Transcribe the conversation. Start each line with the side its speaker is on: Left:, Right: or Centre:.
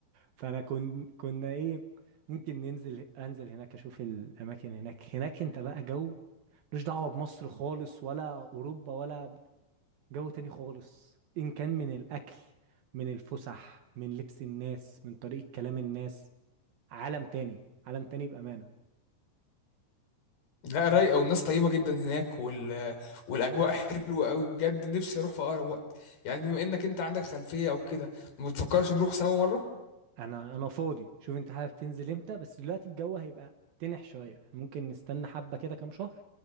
Right: فانا كن كنا ايه ممكن ننزل انزل هناك اشوف الاماكن هناك هناك انت بقى جو ملوش دعوه بمصر خالص ولا اوروبا ولا جو تاني خالص ان كان من الاكل من الفسح من لبس الناس من طريقه كلام الناس عالم تاني عالم تاني بامانه
Left: لا رايقه والناس طيبه جدا هناك وال... والاجواء حلوه قوي بجد نفسي اروح في اقرب وقت يعني بما انك انت عندك خلفيه او كده ما بتفكرش نروح سوا مره
Right: انا انا فاضي شوف انت حابب تنزل امتى بس دلوقتي الجو هيبقى تنح شويه احنا ممكن نستنى حبه كده كام شهر